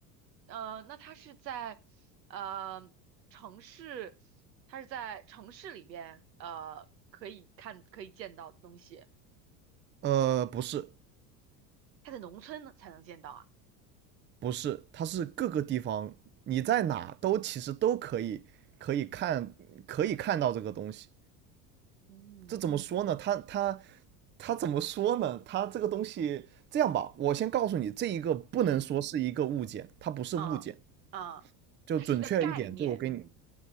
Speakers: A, on the right; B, on the right.
A: 呃，那它是在，呃，城市，它是在城市里边，呃，可以看可以见到的东西，
B: 呃，不是，
A: 它在农村呢才能见到啊。
B: 不是，它是各个地方，你在哪都其实都可以可以看可以看到这个东西。
A: 嗯
B: 这怎么说呢？他他他怎么说呢？他这个东西这样吧，我先告诉你，这一个不能说是一个物件，
A: 嗯，
B: 它不是物件。
A: 啊啊，
B: 就准确一点，
A: 它是一个概念。
B: 就我给你，